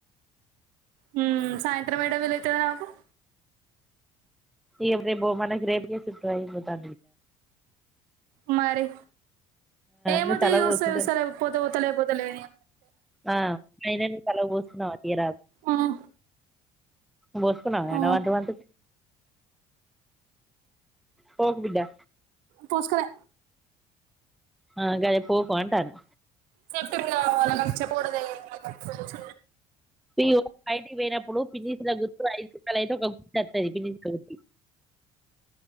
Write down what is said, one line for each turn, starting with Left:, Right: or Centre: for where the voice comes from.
Right: మ్ సాయంత్రం ఏడ విల్ <unintelligible>
Centre: ఇప్పుే బ మనకి రేపు తా
Right: కు మరి ఏమతే
Centre: నువ్వు తలకు
Right: ూస
Centre: పోసుకుంటే
Right: ూసలే పోత పోతలే పోతలే
Centre: ఆ అ చాల బోస్తున్నావి రా
Right: ఆ
Centre: బస్కున్నా
Right: ఆ
Centre: ఎన మాధవధ పోగబడా
Right: పూసుకలే
Centre: ఆ గదే పోకు అంటానా
Right: సెప్టెం పోడుద అ చ
Centre: మీ బయటకి పోయినప్పుడు పిన్నిసిన గుర్తు ఐదు కుట్టలు అయితే ఒక గు సది